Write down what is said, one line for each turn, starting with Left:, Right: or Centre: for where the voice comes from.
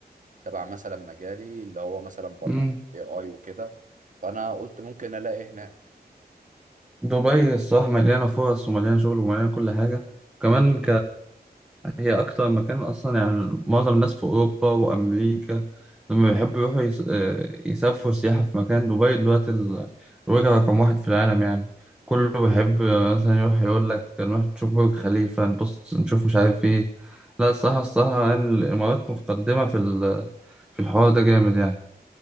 Right: تبع مثلا مجالي اللي هو مثلا برمجه
Centre: امم
Right: اي اي وكده فانا قلت ممكن الاقي هنا
Centre: دبي الصراحه مليانه فرص ومليانه شغل ومليانه كل حاجه كمان هي أكتر مكان أصلا يعني معظم الناس في أوروبا وأمريكا لما بيحبوا يروحوا يس... آه، يسافروا سياحة في مكان دبي دلوقتي ال- الوجهة رقم واحد في العالم يعني كله بيحب آه، مثلا يروح يقول لك نروح نشوف برج خليفة نبص نشوف مش عارف إيه لا الصراحة الصراحة يعني الإمارات متقدمة في ال... في الحوار ده جامد يعني